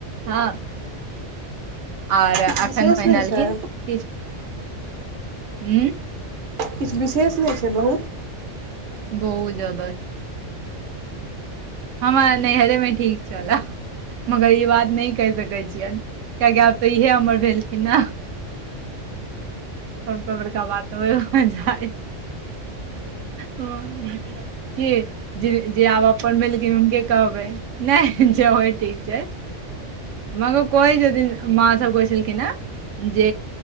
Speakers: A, on the right (about 80°); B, on the right (about 50°).
A: हँ और
B: किछु
A: अखन
B: विशेष
A: पहिनलखिन
B: नहि छै
A: किछु ह्म
B: किछु विशेष नहि छै बहुत
A: बहुत जादा हमरा नैहरे में ठीक छला मगर ई बात नहि कहि सकैत छियनि कियाकि आब तऽ इहे हमर भेलखिन न सबसँ बड़का बात त ओइम मजा अइ ह कि जे जे आब अपन भेल से हुनके कहबै नहि जे होई ठीक छै मगर कहि छथिन मां सभ कहइ छलखिन हैं जे